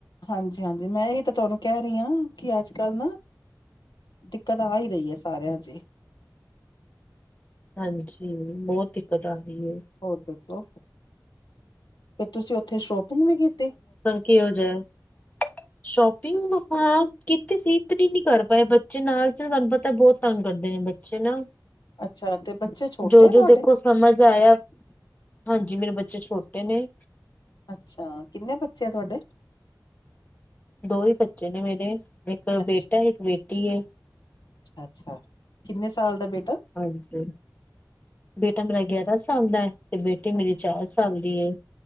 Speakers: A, on the left (about 75°); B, on the left (about 20°).
A: ਹਾਂਜੀ ਹਾਂਜੀ ਮੈਂ ਇਹ ਤਾਂ ਤੁਹਾਨੂੰ ਕਹਿ ਰਹੀ ਹਾਂ ਕਿ ਅੱਜ ਕੱਲ੍ਹ ਨਾ। ਦਿੱਕਤ ਆ ਹੀ ਰਹੀ ਹੈ ਸਾਰਿਆਂ ਚ।
B: ਹਾਂਜੀ ਬਹੁਤ ਦਿੱਕਤ ਆ ਰਹੀ।
A: ਹੋਰ ਦੱਸੋ ਤੁਸੀਂ ਉੱਥੇ ਸ਼ੋਪਿੰਗ ਵੀ ਕੀਤੀ।
B: ਕਿ ਹੋ ਜਾਏ। ਸ਼ੋਪਿੰਗ ਹਾਂ ਕਿ ਕੀਤੀ ਸੀ ਇਤਰੀ ਨੀ ਕਰ ਪਾਏ ਬੱਚੇ ਨਾਲ ਤੁਹਾਨੂੰ ਪਤਾ ਬਹੁਤ। ਤੰਗ ਕਰਦੇ ਨੇ ਬੱਚੇ ਨਾ
A: ਅੱਛਾ ਤੇ ਬੱਚੇ ਛੋਟੇ
B: ਜੋ
A: ਆ
B: ਜੋ
A: ਤੁਆਡੇ।
B: ਦੇਖੋ ਸਮਝ ਆਇਆ ਹਾਂਜੀ ਮੇਰੇ ਬੱਚੇ ਛੋਟੇ ਨੇ
A: ਅੱਛਾ ਕਿੰਨੇ ਬੱਚੇ ਆ ਤੁਹਾਡੇ।
B: ਦੋ ਈ ਬੱਚੇ ਨੇ ਮੇਰੇ ਇੱਕ
A: ਅੱਛਾ
B: ਬੇਟਾ ਇੱਕ ਬੇਟੀ ਏ
A: ਅੱਛਾ ਅੱਛਾ ਕਿੰਨੇ ਸਾਲ ਦਾ ਬੇਟਾ
B: ਹਾਂਜੀ ਬੇਟਾ ਮੇਰਾ ਗਿਆਰਾਂ ਸਾਲ ਦਾ ਤੇ ਬੇਟੀ ਮੇਰੀ
A: ਅੱਛਾ
B: ਚਾਰ ਸਾਲ ਦੀ ਏ।